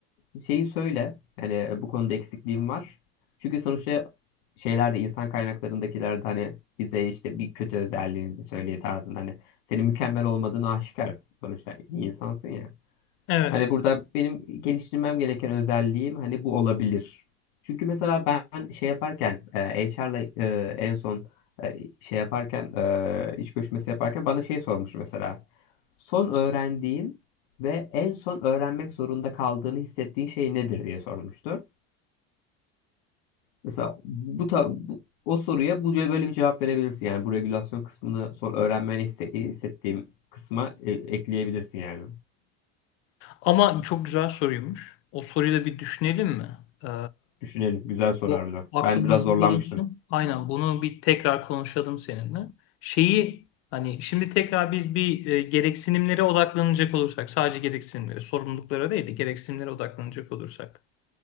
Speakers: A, on the left; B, on the left.
A: e, şeyi söyle. Yani e, bu konuda eksikliğim var. Çünkü sonuçta şeylerde insan kaynaklarındakilerde hani bize işte bir kötü özelliğini söyleye tarzında hani senin mükemmel olmadığını aşikar. Sonuçta bir insansın ya.
B: Evet.
A: Hani burada benim geliştirmem gereken özelliğim hani bu olabilir. Çünkü mesela ben şey yaparken e, HR'la e, en son e, şey yaparken e, iş görüşmesi yaparken bana şey sormuştu mesela. Son öğrendiğin ve en son öğrenmek zorunda kaldığını hissettiğin şey nedir diye sormuştu. Mesela bu, ta- bu- o soruya bu böyle bir cevap verebilirsin. Yani bu regülasyon kısmını son öğrenmeye hisse- hissettiğim kısma e, ekleyebilirsin yani.
B: Ama çok güzel soruymuş. O soruyu da bir düşünelim mi? Ee,
A: Düşünelim. Güzel soru
B: bu
A: harbiden.
B: aklımızda
A: Ben biraz zorlanmıştım.
B: bulunsun. Aynen bunu bir tekrar konuşalım seninle. Şeyi hani şimdi tekrar biz bir e, gereksinimlere odaklanacak olursak sadece gereksinimlere sorumluluklara değil de gereksinimlere odaklanacak olursak.